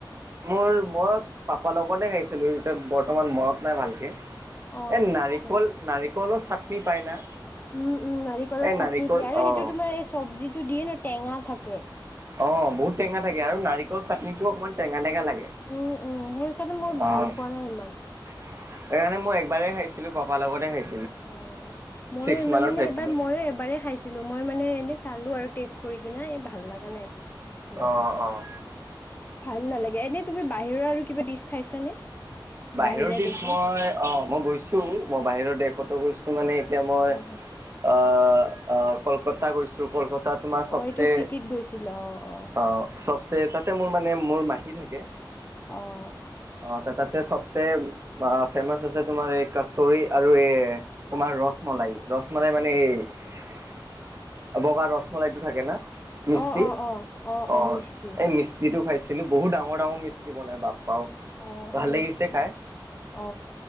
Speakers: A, on the right (about 35°); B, on the left (about 25°).
A: মোৰ মই পাপা লগতে খাইছিলো বৰ্তমান মনত নাই ভালকে এ
B: অ' আচ্ছা
A: নাৰিকল নাৰিকলো চাটনি পায় না
B: উম উম নাৰিকলৰ
A: এই
B: চাটনি
A: নাৰিকল
B: দিয়ে আৰু
A: অ'।
B: সেইটো তোমাৰ এই চবজিত দিয়ে ন টেঙা থাকে
A: অ', বহুত টেঙা থাকে আৰু নাৰিকল চাটনিটোও অকমান টেঙা টেঙা লাগে
B: উম উম সেইকাৰণে মই
A: অ',
B: ভাল পোৱা নাই ইমান
A: সেইকাৰণে মই একবাৰেই খাইছিলো পাপা লগতে খাইছিলো
B: অ ময়ো
A: ছিক্স
B: ইমান
A: মানত
B: মানে
A: খাইছিলো।
B: এইবাৰ ময়ো এবাৰ খাইছিলো মই মানে এনেই চালো আৰু তেজ কৰি কিনে এই ভাল লগা নাই সেনেকুৱা
A: অহ অহ
B: ভাল নালাগে এনে তুমি বাহিৰৰ আৰু কিবা ডিচ খাইছানে
A: বাহিৰৰ
B: বাহিৰা
A: দেশ
B: দেশৰ
A: মই অ মই গৈছো মই বাহিৰৰ দেশতো গৈছো মানে এতিয়া মই
B: অ',
A: অ অ কলকাতা গৈছো কলকাতা তোমাৰ চবচে
B: অ', এইটো চিটিত গৈছিলা অ', অ'।
A: অ তাতে মোৰ মানে মোৰ মাহী থাকে
B: অহ
A: অ' তাতে চবচে ফেমাচ আছে তোমাৰ এই কচৰি আৰু এ তোমাৰ ৰচমলাই ৰচমলাই মানে ইচ বগা ৰচমলাইটো থাকে না মিস্তি
B: অ', অ', অ',
A: অ
B: মিষ্টি
A: এই মিস্তিটো খাইছে কিন্তু বহুত ডাঙৰ ডাঙৰ মিস্ত্ৰী বনাই বাপ্পাও
B: অ
A: ভাল
B: হয়
A: লাগিছে
B: নেকি
A: খাই
B: অ